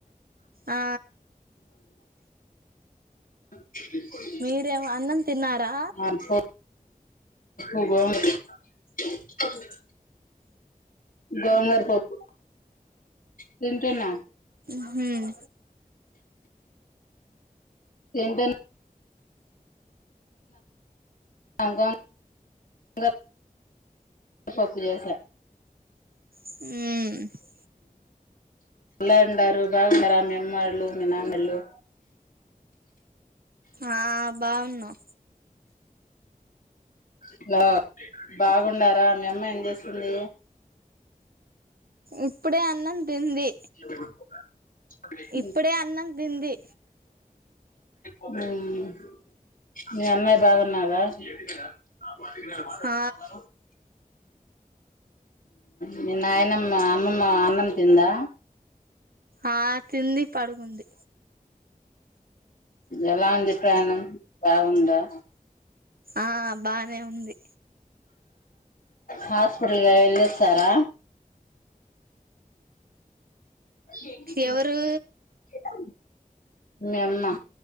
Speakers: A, on the right (about 85°); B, on the left (about 65°).
A: ఆ
B: <inaudible>
A: మీరేం అన్నం తిన్నారా
B: వన్ ఫోర్ ఉ గోధుమ <unintelligible> గోమర్కొకు తింటున్న
A: మ్మ్
B: ఏంటం గోం గూర పప్పు చేసా
A: ఉమ్
B: ఎలా ఉండారు బాగుండరా మీ అమ్మ అమ్మాళ్ళూ మీ నానళ్ళూ
A: ఆ బావున్నాం
B: హలో బాగుండారా మీ అమ్మా ఏం చేస్తుంది
A: ఇప్పుడే అన్నం తింది
B: ఉమ్
A: ఇప్పుడే అన్నం తింది
B: ఉమ్ మీ అన్నాయి బాగున్నారా <unintelligible>
A: ఆ
B: ఉమ్ మీ నాయనమ్మ అమ్మమ్మ అన్నం తిందా
A: ఆ తింది పడుకుంది
B: ఎలా ఉంది ప్రణం బావుందా
A: ఆ బానే ఉంది
B: హాస్పిటల్లో ఎల్లోచ్చారా షేకింగ్
A: ఎవరు
B: సూడా మీ అమ్మ